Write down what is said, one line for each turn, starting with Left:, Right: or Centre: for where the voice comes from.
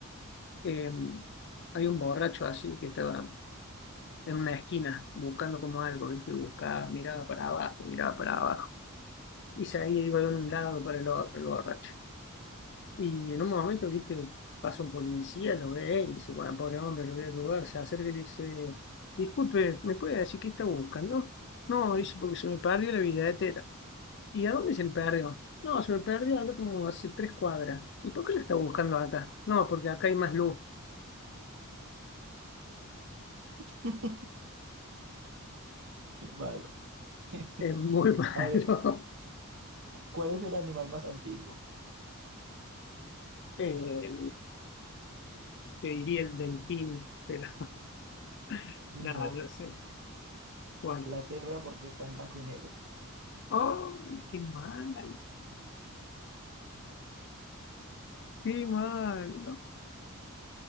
Left: Eh, hay un borracho así que estaba en una esquina buscando como algo, ¿viste? Buscaba, miraba para abajo, miraba para abajo. Y se iba de un lado para el otro, el borracho. Y en un momento, viste, pasa un policía, lo ve y dice, bueno, pobre hombre, lo voy a ayudar. Se acerca y le dice, disculpe, ¿me puede decir qué está buscando? No, dice, porque se me perdió la billetera. ¿Y a dónde se le perdió? No, se me perdió acá como hace tres cuadras. ¿Y por qué la está buscando acá? No, porque acá hay más luz.
Right: <laughs> Qué malo. <laughs>
Left: Es muy <laughs> malo.
Right: A ver, ¿cuál es el animal más antiguo?
Left: Eh, te diría el delfín, pero <laughs>
Right: No,
Left: nada, no sé. Bueno.
Right: la cebra porque está en blanco y negro.
Left: ¡Ay, qué mal! ¡Qué mal! ¿no?